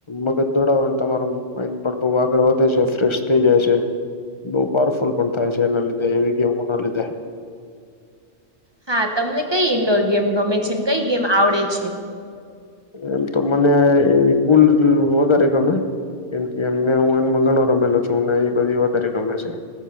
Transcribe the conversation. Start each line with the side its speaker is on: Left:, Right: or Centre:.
Left: મગજ દોડાવાન તમારો માઇડ પણ બોવ આગળ વધે છે ફ્રેશ થઈ જાય છે બઉ પાવરફુલ પણ થાય છે એના લીધે એવી ગેમોના લીધે.
Right: હા, તમને કઈ ઈન્ડોર ગેમ ગમે છે! ને કઈ ગેમ આવળે છે?
Left: એમ તો મને ઈ પુલ જોવી વધારે ગમે. કેમ કે એમને હું બૈને વાળ રમેલો છું ને એ બધી વધારે ગમે છે.